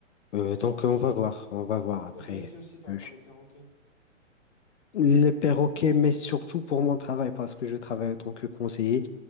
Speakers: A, on the left; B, on the left.
A: Euh, donc, on va voir, on va voir après.
B: Bah, vérifie aussi par
A: Euh,
B: rapport aux perroquets.
A: Les perroquets, mais surtout pour mon travail, parce que je travaille en tant que conseiller,